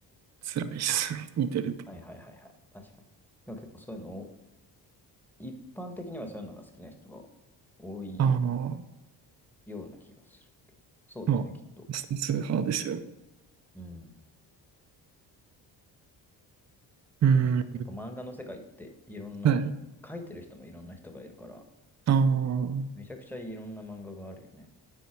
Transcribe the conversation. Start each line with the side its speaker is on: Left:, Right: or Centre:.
Right: 辛いですね。<laughs> 見てると。
Centre: はいはいはいはい。確かに。でも結構そういうのを、一般的にはそういうのが好きな人が多い
Right: ああ、
Centre: ような気がするけど。そうだよね、
Right: まあ、
Centre: きっと。
Right: ス数派ですよね。
Centre: うん。
Right: うん。
Centre: でも結構、やっぱ漫画の世界っていろんな、
Right: はい。
Centre: 書いてる人もいろんな人がいるから、
Right: ああ、
Centre: めちゃくちゃいろんな漫画があるよね。